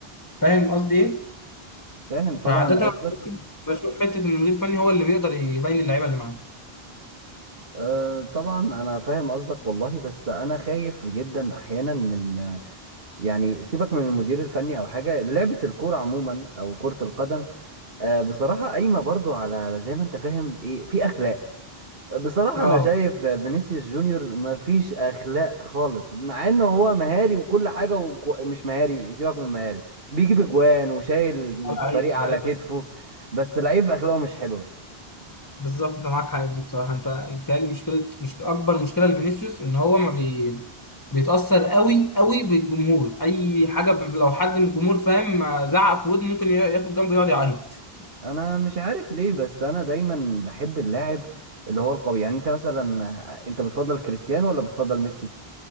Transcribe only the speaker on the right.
فاهم طبعا
قصدك
أه طبعا انا فاهم قصدك والله بس انا خايف جدا احيانا من آه، يعني سيبك من المدير الفني او حاجه لعبه الكوره عموما او كره القدم آه، بصراحة قايمة برضو على على زي ما انت فاهم ايه في اخلاق بصراحة
انا شايف فينيسيوس جونيور مفيش اخلاق خالص مع انه هو مهاري وكل حاجة وكو... مش مهاري سيبك من مهاري بيجيب اجوان وشايل الفريق
على
كتفه بس لعيب اخلاقه مش حلوة
انا مش عارف ليه بس انا دايما بحب اللاعب اللي هو القوي يعني انت مثلا انت بتفضل كريستيانو ولا بتفضل ميسي